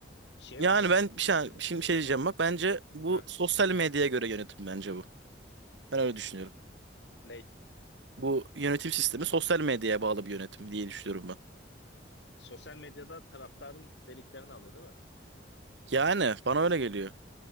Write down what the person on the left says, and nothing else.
şey
var.
E,
ha
ne?
Sosyal medyada taraftarın deliklerini alıyor değil mi?